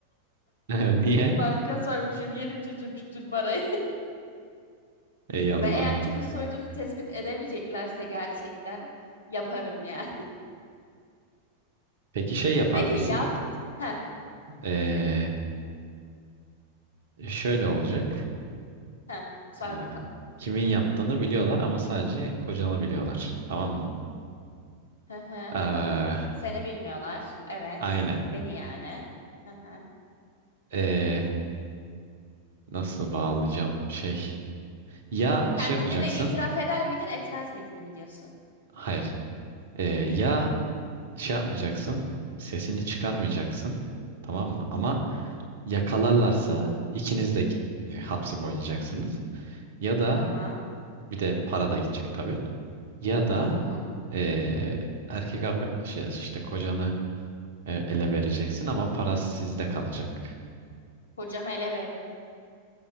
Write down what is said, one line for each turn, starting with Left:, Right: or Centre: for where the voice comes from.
Right: <laughs> Niye?
Left: <laughs> Banka soymuşum yerim çatır çutur parayı. <laughs>
Right: Ey Allah'ım.
Left: Ve eğer kimi
Right: ya.
Left: soyduğunu tespit edemeyeceklerse gerçekten yaparım yani.
Right: Peki şey yapar
Left: Peki
Right: mısın?
Left: yaptı. Heh,
Right: Ee, şöyle olacak.
Left: heh. Sor
Right: Ee,
Left: bakalım.
Right: kimin yaptığını biliyorlar ama sadece kocanı biliyorlar. Tamam mı?
Left: Hı hı.
Right: Ee,
Left: Seni bilmiyorlar. Evet.
Right: aynen.
Left: Beni yani. Hı hı.
Right: Ee, nasıl bağlayacağım şey? Ya şey
Left: Kendini
Right: yapacaksın.
Left: itiraf eder miydin, etmez miydin mi diyorsun?
Right: Hayır. Ee, ya şey yapmayacaksın. Sesini çıkarmayacaksın. Tamam mı? Ama Yakalarlarsa ikiniz de e, hapsi boylayacaksınız. Ya da
Left: Tamam.
Right: bir de para da gidecek tabii. Ya da
Left: Tamam.
Right: e, erkek arkadaş ya işte kocanı e, ele vereceksin ama para sizde kalacak.
Left: Kocama ele veririm.